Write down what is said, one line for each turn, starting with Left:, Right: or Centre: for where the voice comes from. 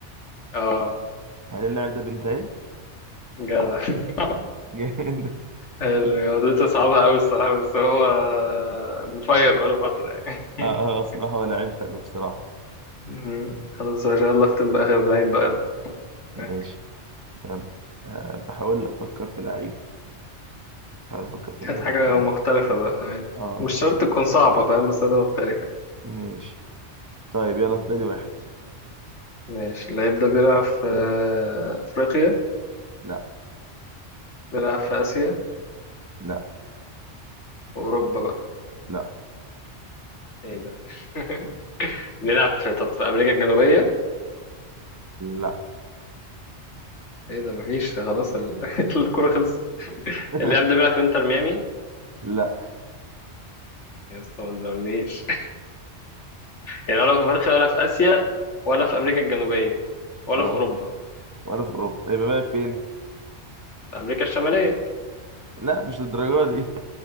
Left: اه
Right: هل اللاعب ده بنتايج <laughs>
Left: جدع <laughs>
Right: جامد
Left: رياضته صعبة أوي الصراحة بس هو مفير بقاله فترة يعني
Right: اه
Left: <laughs>
Right: آه، بصراحة هو لعيب حلو بصراحة
Left: مم. خلاص ما شاء الله اختم بآخر لعيب بقى
Right: ماشي
Left: يلا
Right: يلا أه بحاول أفكر في لعيب بحاول أفكر في لعيب
Left: هات حاجة
Right: كويس
Left: مختلفة بقى عادي
Right: اه
Left: مش شرط تكون صعبة فاهم بس ده مختلفة
Right: ماشي طيب يلا في بالي واحد
Left: ماشي اللعيب ده بيلعب في أفريقيا
Right: لا
Left: بيلعب في آسيا
Right: لا
Left: وأوروبا بقى
Right: لا
Left: ايه ده <laughs> بيلعب في طب في أمريكا الجنوبية
Right: لا
Left: ايه ده مفيش خلاص ال... <laughs> الكرة خلصت
Right: <laughs>
Left: اللاعب ده بيلعب في انتر ميامي
Right: لا
Left: يا اسطى ما تزعلنيش يعني ولا في افريقيا ولا في اسيا ولا في امريكا الجنوبيه ولا
Right: اه
Left: في اوروبا
Right: ولا في أوروبا يبقى بقى فين
Left: في امريكا الشماليه
Right: لا مش للدرجة دي